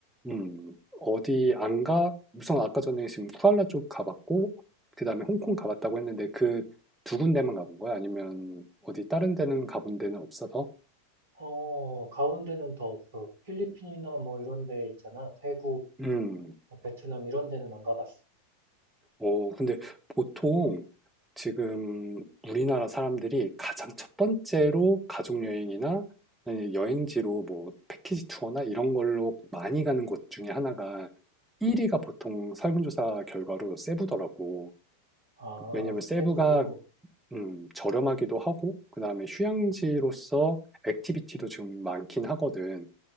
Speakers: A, in the centre; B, on the right.
A: 음, 어디 안 가? 우선 아까 전에 지금 쿠알라 쪽 가봤고 그다음에 홍콩 가봤다고 했는데 그 두 군데만 가본 거야? 아니면 어디 다른 데는 가본 데는 없어서?
B: 어, 가운데는 더 없어. 필리핀이나 뭐 이런 데 있잖아. 태국,
A: 음.
B: 어, 베트남 이런 데는 안 가봤어.
A: 어, 근데 보통 지금 우리나라 사람들이 가장 첫 번째로 가족여행이나 아니면 여행지로 뭐 패키지 투어나 이런 걸로 많이 가는 곳 중에 하나가 1위가 보통 설문조사 결과로 세부더라고.
B: 아,
A: 왜냐면 세부가
B: 세부.
A: 음, 저렴하기도 하고, 그 다음에 휴양지로서 액티비티도 좀 많긴 하거든.